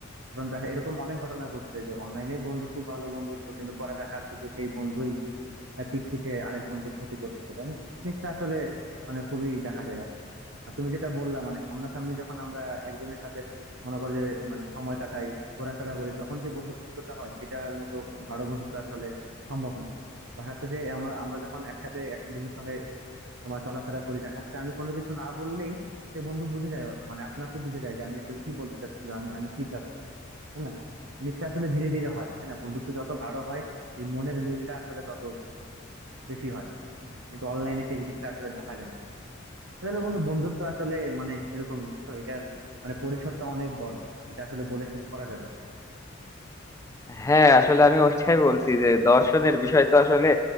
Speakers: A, on the right; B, on the left.
A: কারণ দেখা এরকম অনেক ঘটনা ঘটছে যে অনলাইনে বন্ধু খুব ভালো বন্ধুত্ব কিন্তু পরে দেখা যাচ্ছে যে সেই বন্ধুই আহ পিঠ পিছে আরেক বন্ধুর ক্ষতি করতেছে তাই না এই জিনিসটা আসলে মানে খুবই দেখা যায় এখন আর তুমি যেটা বললা মানে সামনাসামনি যখন আমরা একজনের সাথে মনে করো যে মানে সময় কাটাই ঘোরাফেরা করি তখন যে বন্ধুত্বটা হয় সেটার মতো গাঢ় বন্ধুত্ব আসলে সম্ভব না দেখা যাচ্ছে যে আমরা আমরা যখন একসাথে এক বন্ধুর সঙ্গে তোমার চলাফেরা করি দেখা যাচ্ছে আমি কোনো কিছু না বললেই সে বন্ধু বুঝে যায় মানে আপনা আপনি বুঝে যায় যে আমি আসলে কি বলতে চাচ্ছি বা আমি আমি কি চাচ্ছি তাই না জিনিসটা আসলে ধীরে ধীরে হয় তাই না বন্ধুত্ব যত গাঢ় হয় এই মনের মিলটা আসলে তত বেশি হয় হুম। কিন্তু অনলাইনে সেই জিনিসটা আসলে দেখা যায় না আসলে বন্ধু বন্ধুত্ব আসলে মানে এরকমই বুঝছো এটার মানে পরিসরটা অনেক বড় এটা আসলে বলে শেষ করা যাবে না
B: হ্যাঁ আসলে আমি ওইটাই বলছি যে দর্শনের বিষয় তো আসলে